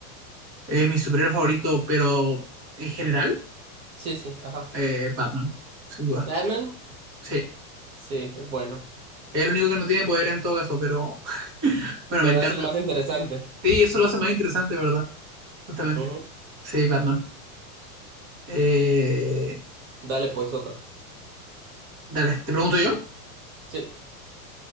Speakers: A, on the right (about 35°); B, on the right (about 60°).
A: Eh, mi superhéroe favorito, pero en general,
B: Sí, sí, ajá.
A: eh, Batman, sin duda.
B: Batman,
A: Sí,
B: sí, es bueno.
A: es el único que no tiene poder en todo caso, pero <laughs> bueno,
B: Pero
A: me encanta.
B: es el más interesante.
A: Sí, eso lo hace más interesante, ¿verdad? Justamente.
B: Ujú.
A: Sí, Batman. Eh,
B: Dale pues otra.
A: dale, te pregunto yo,
B: Sí,